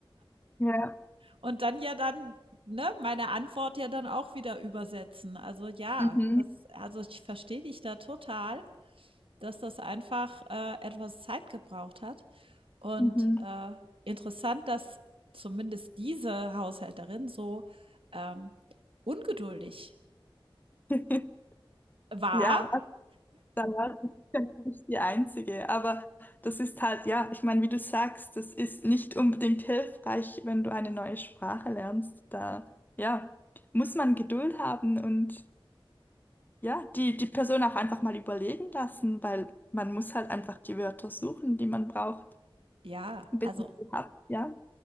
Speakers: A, on the left (about 20°); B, on the right (about 75°).
A: ja.
B: Und dann ja dann, ne, meine Antwort ja dann auch wieder übersetzen. Also ja,
A: Mhm.
B: das also ich verstehe dich da total, dass das einfach, äh, etwas Zeit gebraucht hat. Und,
A: Mhm.
B: äh, interessant, dass zumindest diese Haushälterin so, ähm, ungeduldig
A: <laughs>
B: war.
A: Ja, da war ich ja nicht die Einzige. Aber das ist halt, ja, ich meine, wie du sagst, das ist nicht unbedingt hilfreich, wenn du eine neue Sprache lernst. Da, ja, muss man Geduld haben und ja, die, die Person auch einfach mal überlegen lassen, weil man muss halt einfach die Wörter suchen, die man braucht,
B: Ja,
A: bis
B: also
A: man sie hat. Ja,